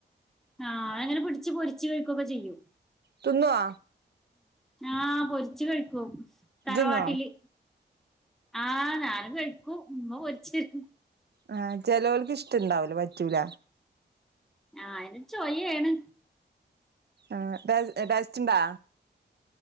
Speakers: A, in the centre; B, on the right (about 60°).
A: ആ അത് അങ്ങനെ പിടിച്ച് പൊരിച്ച് കഴിക്കുവൊക്കെ ചെയ്യും
B: തിന്നുവോ
A: ആ പൊരിച്ചു കഴിക്കും തറവാട്ടില്
B: ഇജ്ജ് തിന്നോ
A: ആ ഞാനും കഴിക്കും ഉമ്മ പൊരിച്ച് തരും
B: ആ ചെലവൾക്ക് ഇഷ്ടവുണ്ടാവൂല്ലാ പറ്റൂല
A: ആ അയിന് ചൊയയാണ്
B: ആ ഡ ടേസ്റ്റുണ്ടോ